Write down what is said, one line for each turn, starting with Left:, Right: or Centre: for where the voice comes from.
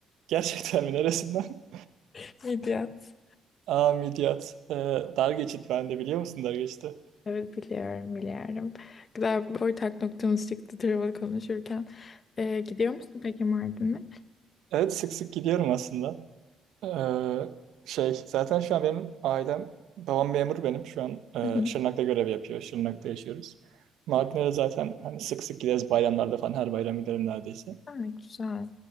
Right: Gerçekten mi? Neresinden?
Left: <laughs> Midyat.
Right: <laughs> Aa Midyat. E, dar geçit ben de biliyor musun dar geçiti?
Left: Evet biliyorum biliyorum. Güzel bir ortak noktamız çıktı travel konuşurken. Ee, gidiyor musun peki Mardin'e?
Right: Evet sık sık gidiyorum aslında. Ee, şey zaten şu an benim ailem babam memur benim şu an e,
Left: Hı hı.
Right: Şırnak'ta görev yapıyor. Şırnak'ta yaşıyoruz. Mardin'e de zaten hani sık sık gideriz bayramlarda falan her bayram giderim neredeyse.
Left: Güzel güzel.